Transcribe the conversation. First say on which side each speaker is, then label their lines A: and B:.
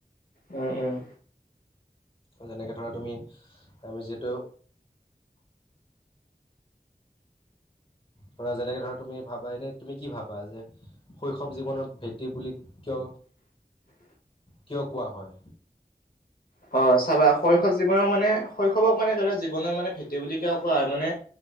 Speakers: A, on the left; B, on the left.
A: উম উম
B: যেনেকৈ ধৰা তুমি আমি যিতু ধৰা যেনেকে ধৰা তুমি ভাবা এনেই তুমি কি ভাবা যে শৈশৱ জীৱনৰ ভেটি বুলি কিয়
A: <inaudible>
B: কিয় কোৱা হয়।
A: অ চাবা শৈশৱ জীৱনৰ মানে শৈশৱক মানে ধৰা জীৱনৰত মানে ভেটি বুলি কিয় কোৱা হয় মানে